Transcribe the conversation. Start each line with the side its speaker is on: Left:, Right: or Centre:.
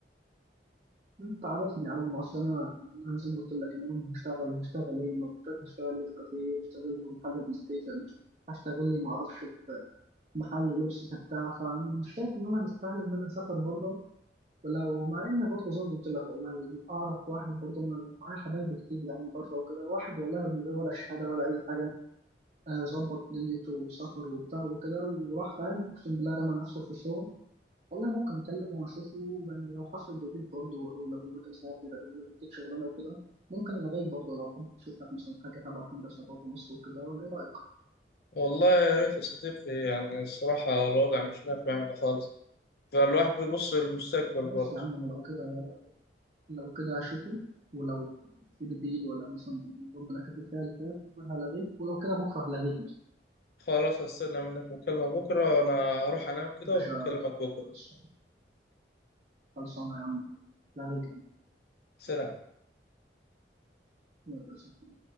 Right: انت عارفني يا عم اصل انا انا زي ما قلت لك انا يوم هشتغل هشتغل ايه ما بقدرش هشتغل لي في كافيه هشتغل لي في محل بلاي ستيشن هشتغل لي ما اعرفش في محل لبس بتاع فمش شايف ان انا مستاهل ان انا اسافر بره ولو مع ان برضه زي ما قلت لك والله اعرف واحد برضه انا معايا حبايب كتير يعني بره وكده واحد والله من غير ولا شهاده ولا اي حاجه آه، ظبط دنيته وسافر وبتاع وكده وراح فاهم اقسم بالله رمى نفسه في الشغل والله ممكن اكلمه واشوفه يعني لو حصل جديد برضه او لو نويت اسافر او لو اديك شغلانه وكده ممكن الغيك برضه لو حابب تشوف لك مثلا حاجه تبع هندسه بره مصر وكده ولا ايه رايك؟
Left: والله يا ريت يا صديقي يعني الصراحة الوضع مش نافع هنا خالص فالواحد بيبص للمستقبل
Right: آه، بس
Left: برضه
Right: يا عم انا لو كده لو كده هشوفه ولو في جديد ولا مثلا ربنا كاتب فيها الخير هلغيك ولو كده بكره هلغيك مثلا
Left: خلاص هستنى منك مكالمة بكرة انا هروح انام كده
Right: يا باشا
Left: وبكلمك بكرة
Right: خلص- خلصانه يا عم لغيك يعني
Left: سلام
Right: يلا سلام.